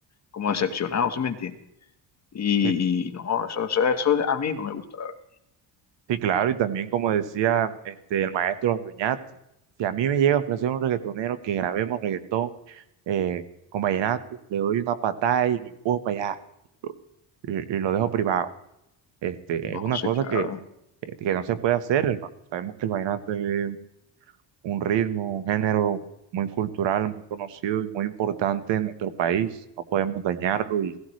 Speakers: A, on the left; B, on the right.
A: como decepcionado, ¿sí me entiende? Y,
B: Sí.
A: y no, eso, eso, eso a mí no me gusta, la verdad.
B: Sí, claro, y también como decía este, el maestro Oñate, si a mí me llega a ofrecer un reggaetonero que grabemos reggaetón eh, con vallenato, le doy una patada y lo empujo para allá y, y lo dejo privado. Este,
A: No,
B: es una
A: sí,
B: cosa
A: claro.
B: que, eh, que no se puede hacer, hermano. Sabemos que el vallenato es un ritmo, un género muy cultural, muy conocido y muy importante en nuestro país. No podemos dañarlo y